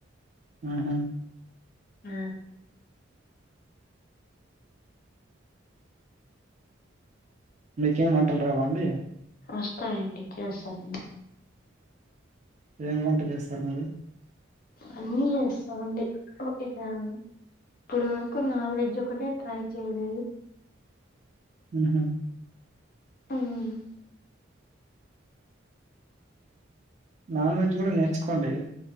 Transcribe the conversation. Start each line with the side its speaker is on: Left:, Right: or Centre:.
Right: ఉహు
Left: హ్మ
Right: మీకేం వంటలు రావ అండి
Left: వస్తాయి అండి ఇచ్ చేస్తాను
Right: ఎం వంట చేస్తారు మీరు
Left: అన్ని చేస్తాం అండి ఉ ఇగ ఇప్పటి వరకు నాన్ వెజ్ ఒకటే ట్రై చేయలేదు
Right: ఉహం
Left: హ్మ్.
Right: నాన్ వెజ్ కూడా నేర్చుకోండి